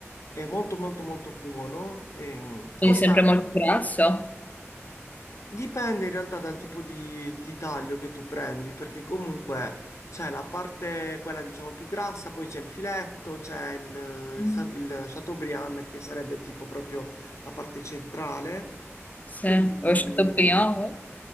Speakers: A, on the left (about 75°); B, on the left (about 35°).
A: è molto molto molto buono, ehm,
B: Quindi
A: costa
B: sempre molto grasso.
A: Dipende in realtà dal tipo di, di taglio che tu prendi, perché comunque c'è la parte, quella diciamo più grassa, poi c'è il filetto, c'è il,
B: Mm.
A: eh, sa- il Chateaubriand che sarebbe tipo proprio la parte centrale.
B: Sì,
A: Quindi
B: ho scelto
A: mm,
B: Pignolo.